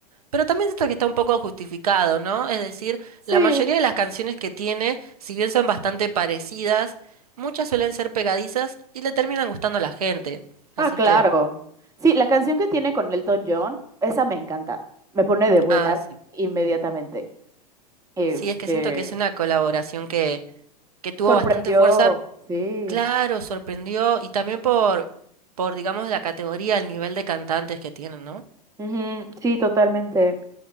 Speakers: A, on the right; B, on the right.
A: Pero también esto que está un poco justificado, ¿no? Es decir,
B: Sí.
A: la mayoría de las canciones que tiene, si bien son bastante parecidas, muchas suelen ser pegadizas y le terminan gustando a la gente. Así
B: Ah, claro.
A: que,
B: Sí, la canción que tiene con Elton John, esa me encanta. Me pone de buenas
A: ah, sí.
B: inmediatamente. Este,
A: Sí, es que siento que es una colaboración que, que tuvo
B: sorprendió.
A: bastante fuerza.
B: Sí.
A: Claro, sorprendió y también por, por, digamos, la categoría, el nivel de cantantes que tienen, ¿no?
B: Ujú, sí, totalmente.